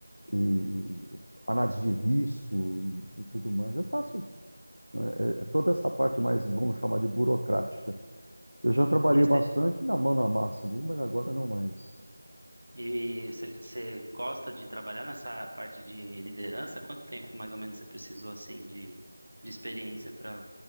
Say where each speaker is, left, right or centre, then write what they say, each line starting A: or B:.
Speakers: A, on the right (about 90°); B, on the right (about 65°).
A: e, e análise de risco e, e tudo mais. Eu faço né, é, é toda essa parte mais, vamos chamar de burocrática. Eu já trabalhei
B: E você
A: bastante na mão na massa, ali, mas agora não mais.
B: e você- você gosta de trabalhar nessa parte de liderança? Quanto tempo mais ou menos você precisou assim de, de experiência para